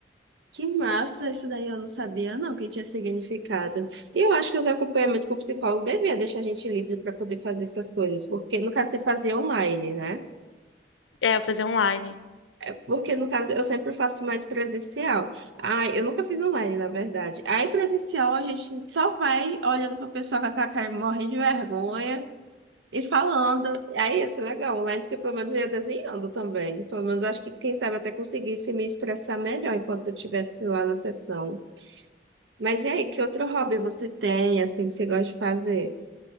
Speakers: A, on the right; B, on the left.
A: Que massa, isso daí eu não sabia, não, que tinha significado. E eu acho que os acompanhamentos com o psicólogo devia deixar a gente livre para poder fazer essas coisas, porque no caso você fazia online, né?
B: É, eu fazia online.
A: É, Porque no caso eu sempre faço mais presencial. Ah, eu nunca fiz online, na verdade. Aí presencial a gente só vai olhando para pessoa com a cara morrendo de vergonha. E falando, aí ia ser legal online, porque pelo menos eu ia desenhando também. Pelo menos acho que, quem sabe, até conseguisse me expressar melhor enquanto eu estivesse lá na sessão. Mas e aí, que outro hobby você tem, assim, que você gosta de fazer?